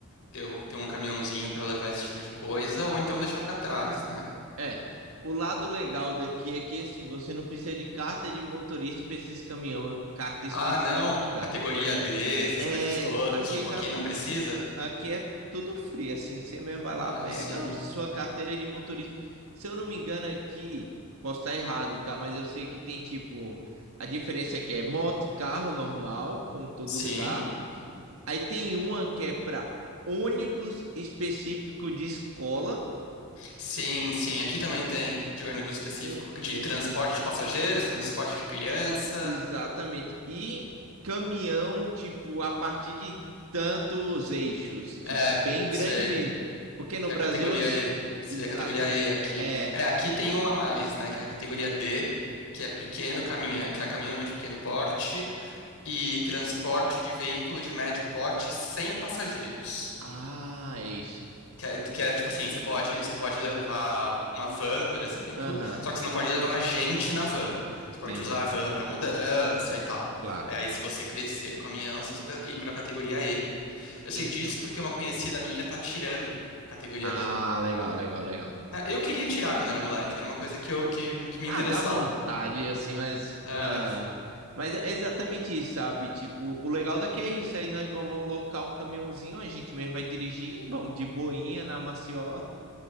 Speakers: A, on the left (about 90°); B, on the right (about 75°).
A: ter, o- ter um caminhãozinho para levar esse tipo de coisa, ou então deixar para trás, né?
B: É. O lado legal daqui é que assim, você não precisa de carta de motorista para esses caminhão, carta
A: Ah,
B: específica.
A: não, categoria D, essas
B: É
A: coisas todas,
B: aqui
A: tipo, aqui
B: at-
A: não precisa?
B: Aqui é tudo frio, assim. Você mesmo vai
A: Ah,
B: lá, pega
A: sim.
B: a sua carteira de motorista. Se eu não me engano aqui, posso estar errado, tá? Mas eu sei que tem tipo. A diferença aqui é moto e carro normal, como todo
A: Sim,
B: lugar. Aí tem uma que é para ônibus específico de escola.
A: sim, sim, aqui também tem de ônibus específico,
B: Um,
A: de
B: um-
A: transporte de passageiros, transporte de criança,
B: exatamente. E caminhão, tipo, a partir de tantos eixos. Tipo,
A: é,
B: bem grande
A: sei,
B: mesmo. Porque no
A: que
B: Brasil,
A: é a categoria
B: eu-
A: E, seria
B: exatamente.
A: a categoria E aqui.
B: É.
A: É, aqui tem uma a mais, né, que é a categoria D, que é pequeno caminhão, que é caminhão de pequeno porte, e transporte de veículo de médio porte sem passageiros.
B: Ah, é isso.
A: Que é, que é, tipo assim, você pode, você pode levar uma van, por exemplo,
B: Aham,
A: só que você não pode levar gente na van.
B: entendi.
A: Você pode usar a van para mudança e tal.
B: Claro.
A: É, aí, se você crescer o caminhão, você precisa ir para a categoria E. Eu sei
B: Então.
A: disso porque uma conhecida minha tá tirando categoria
B: Ah,
A: D.
B: legal, legal, legal.
A: Ah, Eu queria tirar quando era moleque, era uma coisa que, eu, que, que me
B: Ah,
A: interessava.
B: dá vontade, assim, mas.
A: É,
B: Ah, mas é exatamente isso, sabe? Tipo, o legal daqui é isso. Aí nós vamos locar um caminhãozinho, a gente mesmo vai dirigir, vamos de boinha na maciota,